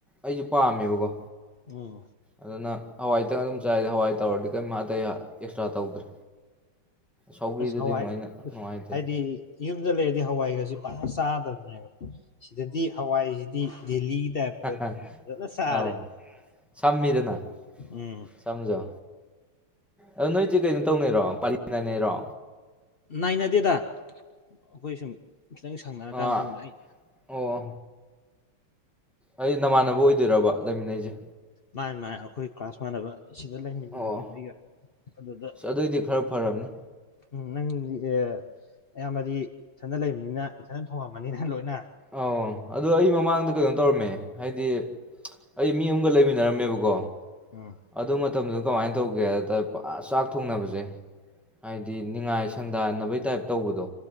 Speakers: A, in the centre; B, on the left.
A: ꯑꯩꯁꯨ ꯄꯥꯝꯃꯦꯕꯀꯣ
B: ꯎꯝ
A: ꯑꯗꯨꯅ ꯍꯋꯥꯏꯗꯪ ꯑꯗꯨꯝ ꯆꯥꯏꯗ ꯍꯋꯥꯏ ꯇꯧꯔꯗꯤ ꯀꯔꯤꯝ <inaudible> ꯑꯦꯛ꯭ꯁꯇ꯭ꯔꯥ ꯇꯧꯗ꯭ꯔꯦ ꯁꯧꯒ꯭ꯔꯤꯗꯨꯗꯤ
B: ꯑꯁ ꯍꯋꯥꯏ
A: ꯑꯃꯨꯛ ꯑꯩꯅ ꯅꯨꯡꯉꯥꯏꯇꯦꯅ
B: ꯍꯥꯏꯗꯤ ꯌꯨꯝꯗ ꯂꯩ ꯍꯋꯥꯏꯒꯁꯤ ꯄꯥꯛꯅ ꯆꯥꯗꯕꯅꯦꯕ ꯁꯤꯗꯗꯤ ꯍꯋꯥꯏꯁꯤꯗꯤ ꯗꯦꯂꯤ ꯇꯥꯏꯞꯇ
A: ꯍ
B: ꯑꯗꯨꯝ
A: ꯍ
B: ꯐꯖꯅ ꯆꯥꯔꯦ
A: ꯑꯧ ꯁꯝꯃꯃꯤꯗꯅꯅꯥ
B: ꯎꯝ
A: ꯁꯝꯖꯨ ꯑꯗꯣ ꯅꯣꯏꯁꯦ ꯀꯩꯅꯣ ꯇꯧꯅꯩꯔꯣ ꯄꯂꯤ ꯅꯥꯏꯅꯩꯔꯣ
B: ꯅꯥꯏꯅꯗꯦꯗ ꯑꯩꯈꯣꯏ ꯁꯨꯝ ꯈꯤꯇꯪ ꯁꯪꯅꯔꯀꯥꯟꯗ
A: ꯑꯥ
B: ꯊꯣꯡꯕ ꯑꯩ
A: ꯑꯣ ꯑꯩꯗꯨꯗꯤ ꯅꯃꯥꯟꯅꯕ ꯑꯣꯏꯗꯣꯏꯔꯕ ꯂꯩꯃꯤꯟꯅꯩꯁꯦ
B: ꯃꯥꯅꯤ ꯃꯥꯅꯤ ꯑꯩꯈꯣꯏ ꯀ꯭ꯂꯥꯁ ꯃꯥꯟꯅꯕ ꯁꯤꯗ ꯂꯩꯃꯤꯟꯅꯕꯅꯦꯕ
A: ꯑꯣ
B: ꯑꯩꯒ ꯑꯗꯨꯗ
A: ꯑꯁ ꯑꯗꯨꯑꯣꯏꯗꯤ ꯈꯔ ꯐꯔꯝꯅꯤ
B: ꯎꯝ ꯅꯪꯗꯤ ꯑꯦ ꯑꯌꯥꯝꯕꯗꯤ ꯏꯊꯟꯗ ꯂꯩꯕꯅꯤꯅ ꯏꯊꯟꯗ ꯊꯣꯡꯉꯝꯃꯅꯤꯅꯦ ꯂꯣꯏꯅ
A: ꯑꯧ ꯑꯗꯣ ꯑꯩ ꯃꯃꯥꯡꯗ ꯀꯩꯅꯣ ꯇꯧꯔꯝꯃꯦ ꯍꯥꯏꯗꯤ ꯑꯩ ꯃꯤ ꯑꯃꯒ ꯂꯩꯃꯤꯟꯅꯔꯝꯃꯦꯕꯀꯣ
B: ꯎꯝ
A: ꯑꯗꯨ ꯃꯇꯝꯗꯨ ꯀꯃꯥꯏꯅ ꯇꯧꯒꯦ ꯍꯥꯏ ꯇꯔꯦ ꯆꯥꯛ ꯊꯣꯡꯅꯕꯁꯦ ꯍꯥꯏꯗꯤ ꯅꯤꯡꯅꯤꯉꯥꯏ ꯁꯪꯗꯥꯟꯅꯕꯩ ꯇꯥꯏꯞ ꯇꯧꯕꯗꯣ